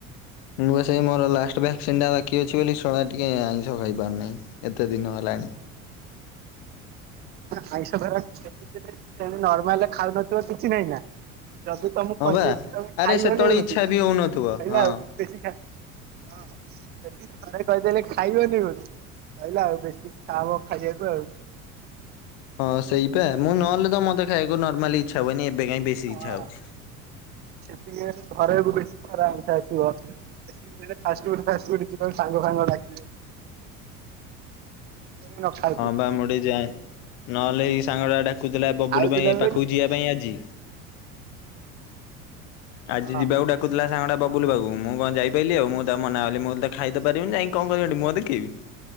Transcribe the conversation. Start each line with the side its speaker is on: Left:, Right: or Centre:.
Left: ମୁଁ ବା ସେଇ ମୋର ଲାଷ୍ଟ ଭାକ୍ସିନ ଟା ବାକି ଅଛି ବୋଲି! !!!!!!!!! ଟିକେ ଆଇଁଷ ଖାଇ ପାରୁ ନେଇ। ଏତେ ଦିନ ହେଲାଣି।
Right: <unintelligible> ତମକୁ କହିଦେଇ ଥିବି ତମେ ଖାଇବନେଇ ବୋଲି ତାହେଲେ
Left: ହଁ
Right: ସଇଲା
Left: ବା
Right: ଆଉ
Left: ଆରେ ସେତେବେଳେ
Right: ବେସି
Left: ଇଚ୍ଛା ବି ହଉନଥିବ
Right: ଆଉ
Left: ହଁ
Right: ବେଶୀ ଖା ହଁ। ଯଦି ଘରେ କହିଦେଲେ ଖାଇବନି ବୋଲି ସଇଲା ଆଉ ବେଶୀ ଇଛା ହବ ଖାଇବାକୁ ଆଉ।
Left: ହଁ ସେଇପା ମୁଁ ନହଲେ ତ ମତେ ଖାଇକୁ ନର୍ମାଲି ଇଚ୍ଛା ହଏନି ଏବେ କାଇଁ ବେଶୀ
Right: ହଁ
Left: ଇଚ୍ଛା ହଉଚି।
Right: ସେତିକି ବେଳେ ଘରେ ରୁ ବେସି କରା ବହୁତ ଆସିବ। ସେତିକି ବେଳେ ଫାଷ୍ଟଫୁଡ ଫାଷ୍ଟଫୁଡ ଯିବାକୁ ସାଙ୍ଗ ଫାଙ୍ଗ ଡାକିବେ। <unintelligible>
Left: ହଁ ପା ମୁଁ ଟିକେ ଯାଏଁ ନହେଲେ ଏଇ ସାଙ୍ଗ ଟା ଡାକୁଥିଲା ବବୁଲୁ
Right: ଖାଉଥିଲା
Left: ପାଇଁ ଏ
Right: ବେଳେ
Left: ପାଖକୁ ଯିବା ପାଇଁ ଆଜି
Right: ହଁ
Left: ଆଜି ଯିବାକୁ ଡ଼ା କୁଥିଲା ସାଙ୍ଗାଟା ବବୁଲ ପାଖକୁ ମୁ କଁ ଜାଇ ପାଇଲି ଆଉ ମୁଁ ତାକୁ ମନା କଲି ମୁଁ ତ ଖାଇତ ପାରିବିନି ଯାଇଁ କି। କଁ କରିବି ସେଠି ମୁଁହ ଦେଖେଇବି।